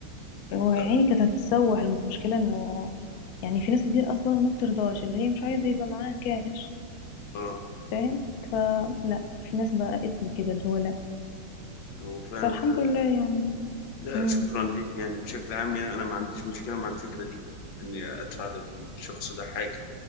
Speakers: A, on the left; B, on the left.
A: هو يا
B: لا.
A: عيني كانت هتتسوح المشكله انه يعني في ناس كتير اصلا ما بترضاش اللي هي مش عايزه يبقى معاها كاش
B: اه
A: فاهم فلا في ناس بقى اتم كده اللي هو لا
B: هو فعلا
A: فالحمد
B: فعلا
A: لله يعني
B: لا
A: امم
B: شكرا ليك يعني بشكل عام يعني انا ما عنديش مشكله مع الفكره دي اني ادفع للشخص ده حاجه